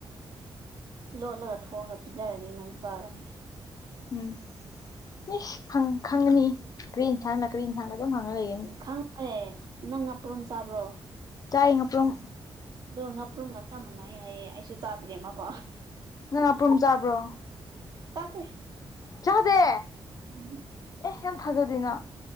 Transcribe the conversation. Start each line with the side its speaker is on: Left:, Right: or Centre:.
Right: ꯂꯣꯠꯂꯒ ꯊꯣꯡꯑꯒ ꯄꯤꯖꯔꯗꯤ ꯅꯪ ꯆꯥꯒꯅꯤ
Left: ꯎꯝ ꯃꯤꯁ ꯈꯪꯉꯅꯤ ꯀꯔꯤ ꯏꯟꯁꯥꯡꯅ ꯀꯔꯤ ꯌꯦꯟꯁꯥꯡꯅ ꯑꯗꯨꯝ ꯍꯪꯉ ꯂꯩꯒꯅꯤ
Right: ꯈꯪꯉꯦ ꯅꯪ ꯅꯄ꯭ꯔꯣꯝ ꯆꯥꯕ꯭ꯔꯣ
Left: ꯆꯥꯏ ꯑꯄ꯭ꯔꯝ
Right: ꯑꯗꯣ ꯉꯥꯄ꯭ꯔꯨꯝꯒ ꯆ ꯃꯥꯟꯅꯩ ꯍꯥꯏꯌꯦ ꯑꯩꯁꯨ ꯆꯥꯗ꯭ꯔꯦ ꯃꯥ ꯄ
Left: ꯅꯪ ꯃꯄ꯭ꯔꯨꯝ ꯆꯥꯕ꯭ꯔꯣ
Right: ꯆꯗꯦ
Left: ꯀꯗꯦ
Right: ꯎꯝ
Left: ꯑꯦ ꯍꯦꯅ ꯊꯥꯖꯗꯅ